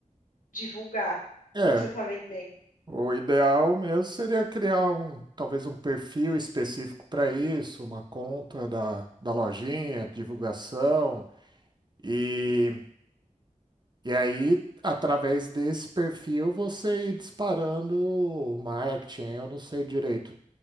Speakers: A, on the left; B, on the right.
A: divulgar
B: É,
A: o que você tá vendendo.
B: o ideal mesmo seria criar um, talvez um perfil específico para isso, uma conta da, da lojinha, divulgação. E E aí, através desse perfil, você ir disparando o marketing. Eu não sei direito